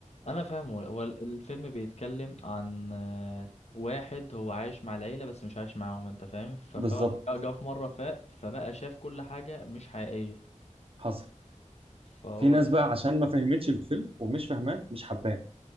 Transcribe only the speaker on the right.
بالظبط
حصل
في ناس بقى عشان ما فهمتش الفيلم ومش فاهماه مش حباه